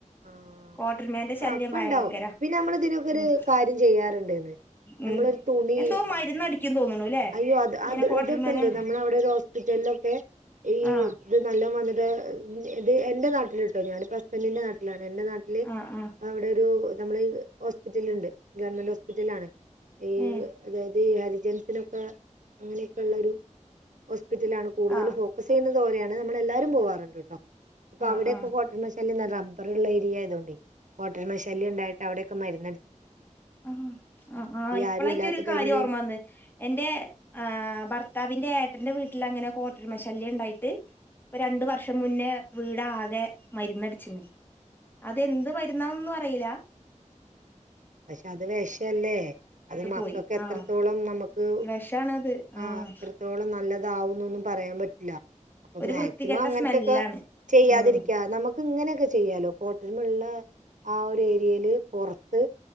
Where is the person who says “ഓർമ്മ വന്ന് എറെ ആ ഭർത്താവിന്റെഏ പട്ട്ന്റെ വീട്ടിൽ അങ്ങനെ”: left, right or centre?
Left